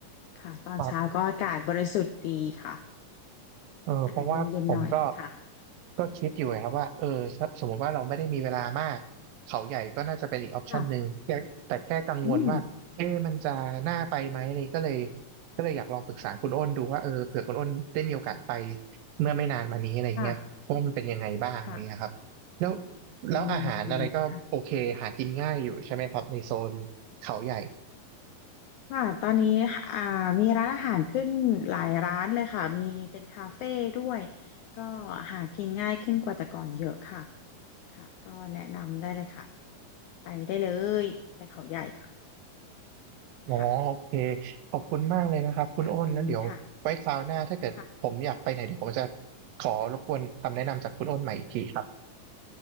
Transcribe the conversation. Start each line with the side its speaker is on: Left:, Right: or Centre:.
Left: ค่ะตอนเช้าก็อากาศบริสุทธิ์ดีค่ะ
Right: ครับ เออเพราะว่าผมก็
Left: อากาศเย็นๆหน่อยค่ะ
Right: ก็คิดอยู่ไงครับว่าเออถ้าสมมติว่าเราไม่ได้มีเวลามากเขาใหญ่ก็น่าจะเป็นอีกออปชันหนึ่งแต่แต่แค่กังวลว่าเอ๊ะมันจะน่าไปไหมอะไรก็เลย
Left: ค่ะอืม
Right: ก็เลยอยากลองปรึกษาคุณอ้นดูว่าเออเผื่อคุณอ้นได้มีโอกาสไปเมื่อไม่นานมานี้อะไรเงี้ยว่ามันเป็นยังไงบ้างอะไรเงี้ยครับแล้ว
Left: ค่ะค่ะ
Right: แล้วอาหารอะไรก็โอเคหากินง่ายอยู่ใช่ไหมครับในโซนเขาใหญ่
Left: อืมค่ะค่ะตอนนี้อ่ามีร้านอาหารขึ้นหลายร้านเลยค่ะมีเป็นคาเฟ่ด้วยก็หากินง่ายขึ้นกว่าแต่ก่อนเยอะค่ะ ค่ะก็แนะนำได้เลยค่ะ ไปได้เลย ไปเขาใหญ่ค่ะ
Right: อ๋อโอเค
Left: ค่ะ
Right: ขอบคุณมากเลยนะครับคุณอ้นแล้วเดี๋ยวไว้คราวหน้าถ้าเกิดผมอยากไปไหนเดี๋ยวผมจะ
Left: ประมาณนี้ค่ะค่ะ
Right: ขอรบกวนคำแนะนำจากคุณอ้นใหม่อีกทีครับ